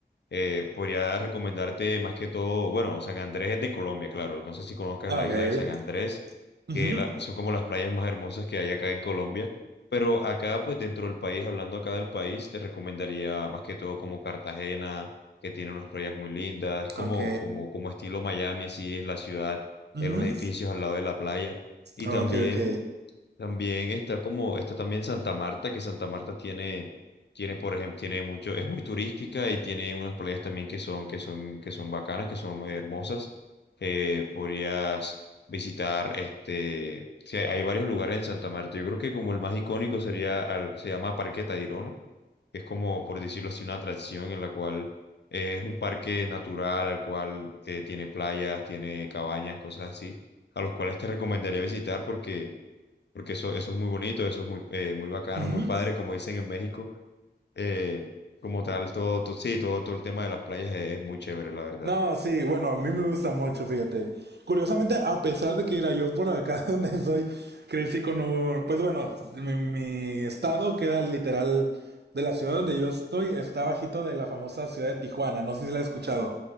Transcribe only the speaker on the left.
eh, podría recomendarte más que todo, bueno, San Andrés es de Colombia, claro. No sé si conozcas
la isla de San Andrés,
que la- son como las playas más hermosas que hay acá en Colombia. Pero acá, pues dentro del país, hablando acá del país, te recomendaría más que todo como Cartagena, que tiene unas playas muy lindas. Es como,
como, como estilo Miami, así es la ciudad,
eh, los edificios al lado de la playa. Y
también
también está como, está también Santa Marta, que Santa Marta tiene, tiene, por ejemplo, tiene mucho, es muy turística y tiene unas playas también que son, que son, que son bacanas, que son muy hermosas. Eh, podrías visitar, este, sí, hay, hay varios lugares en Santa Marta. Yo creo que como el más icónico sería, al- se llama Parque Tayrona, que es como, por decirlo así, una atracción en la cual eh, es un parque natural al cual eh, tiene playas, tiene cabañas, cosas así, a los cuales te recomendaría visitar porque porque eso, eso es muy bonito, eso es muy, eh, muy bacano,
muy padre, como dicen en México. Eh, como tal, todo, todo, sí, todo, todo el tema de las playas es, es muy chévere, la verdad.